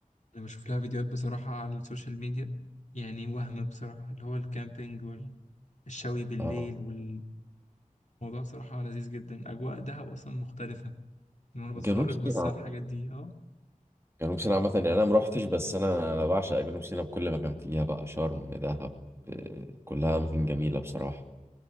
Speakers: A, on the left (about 60°); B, on the right (about 20°).
A: انا بشوف لها فيديوهات بصراحة على السوشيال ميديا يعني وهم بصراحة اللي هو الكامبينج والشوي بالليل
B: آه
A: والموضوع صراحة لذيذ جدا اجواء دهب اصلا مختلفة ان انا بتفرج
B: جنوب سيناء
A: بس على الحاجات دي اه
B: جنوب سيناء عامة يعني انا ما روحتش بس انا انا بعشق جنوب سيناء بكل مكان فيها بقى شرم دهب آه كلها اماكن جميلة بصراحة